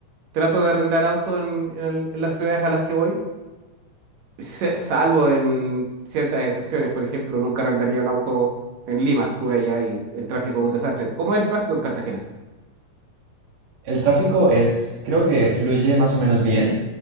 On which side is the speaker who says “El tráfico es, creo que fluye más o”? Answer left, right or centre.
Right